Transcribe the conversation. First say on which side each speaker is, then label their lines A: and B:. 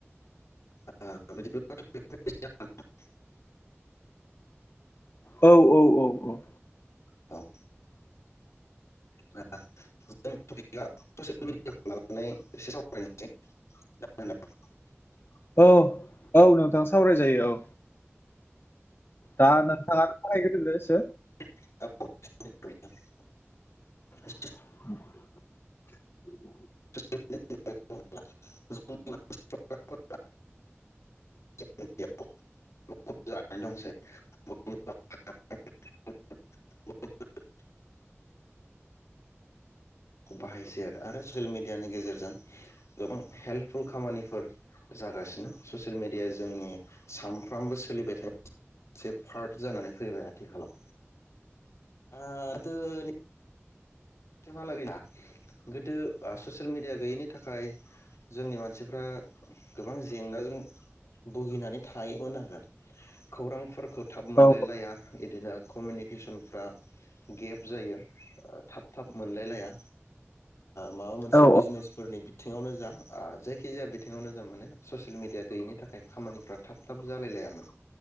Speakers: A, on the left (about 80°); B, on the left (about 50°).
A: <inaudible>
B: औ औ औ औ औ
A: <inaudible> <inaudible> <inaudible>
B: औ औ नोंथाङा सावराय जायो औ। दा नोंथाङा सावरायग्रोदो एसे।
A: <inaudible>
B: <inaudible>
A: <inaudible> <unintelligible> <inaudible> <unintelligible> <unintelligible> <inaudible> खौ बाहायसै आरो ससियेल मि मिडियानि गेजेरजों गोबां हेल्पफुल खामानिफोर जागासिनो। ससियेल मेडिया जोंनि साम सानफ्रामबो सोलिबाय थानाय पार्ट जानानै फैबाय आथिखालाव। <inaudible> सिमहालागैना गोदो ससियेल मिडिया गैयैनि थाखाय जोंनि मानसिफ्रा गोबां जेंनाजों भुगिनानै थायोमोन आरो खौरांफोरखौ थाब मोनलायलाया।
B: औ
A: बिदिनो कमिउनिकेसनफ्रा गेप जायो थाब थाब मोनलायलाया माबा मोनसे
B: औ
A: बिजनेसफोरनि बिथिङावनो जा जायखिजाया बिथिङावनो जा माने ससियेल मिडिया गैयिनि थाखाय खामानिफ्रा थाब थाब जालाय लायामोन